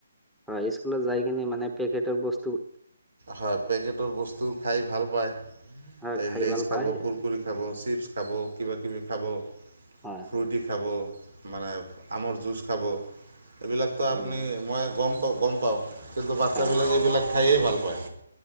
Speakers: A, in the centre; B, on the right (about 70°).
A: হয় স্কুলত যাই কিনি মানে পেকেটৰ বস্তু
B: হয় পেকেটৰ বস্তু খাই ভাল পায়।
A: হয়
B: এই
A: খাই
B: লেজ
A: ভাল
B: খাব
A: পায়
B: কুৰকুৰে কুৰকুৰে খাব, চিপছ্ খাব, কিবা কিবি খাব।
A: হয়
B: ফ্ৰুৰট্ৰিত
A: হয়
B: খাব মানে আমৰ জুচ খাব, এইবিলাকতো আপুনি
A: উম
B: মই গম পাওঁ। অ' গম পাওঁ কিন্তু বাচ্ছাবিলাকে
A: হয় হয়
B: এইবিলাক খায়েই ভাল পায়।